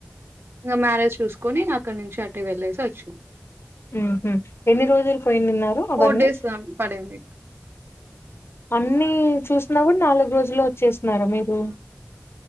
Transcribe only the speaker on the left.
ఆహ ఎన్ని రోజులు పోయి నిన్నారు అవన్ని?
అన్ని చూసినా కూడా నాలుగు రోజుల్లో వచ్చేస్తున్నారా మీరు?